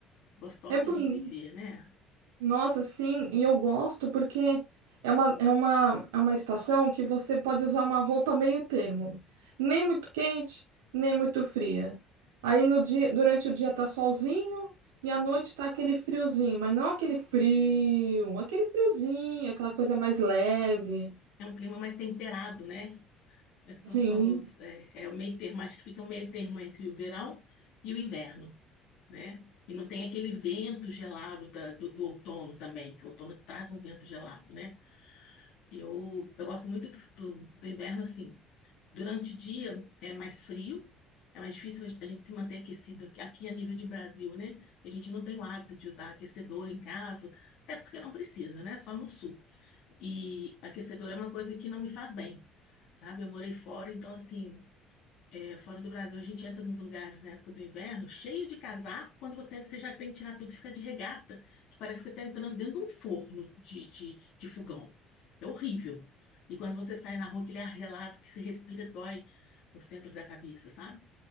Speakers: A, on the left; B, on the right.
A: gostosa
B: É bonito.
A: de viver, né?
B: Nossa, sim, e eu gosto porque é uma, é uma, é uma estação que você pode usar uma roupa meio termo, nem muito quente, nem muito fria. Aí no dia, durante o dia tá solzinho e à noite tá aquele friozinho, mas não aquele frio, aquele friozinho, aquela coisa mais leve.
A: É um clima mais temperado, né? Mais gostoso.
B: Sim.
A: É, é o meio termo, acho que fica o meio termo entre o verão e o inverno, né? E não tem aquele vento gelado da- do, do outono também, que o outono traz um vento gelado, né? Eu, eu gosto muito do, do, do inverno, assim. Durante o dia é mais frio, é mais difícil a gente se manter aquecido aqui, aqui a nível de Brasil, né? A gente não tem o hábito de usar aquecedor em casa, até porque não precisa, né? Só no sul. E aquecedor é uma coisa que não me faz bem, sabe? Eu morei fora, então, assim, é, fora do Brasil, a gente entra nos lugares na época do inverno, cheio de casaco. Quando você entra, você já tem que tirar tudo e fica de regata, que parece que está entrando dentro de um forno de, de, de fogão. É horrível. E quando você sai na rua, aquele ar gelado que se respira dói o centro da cabeça, sabe?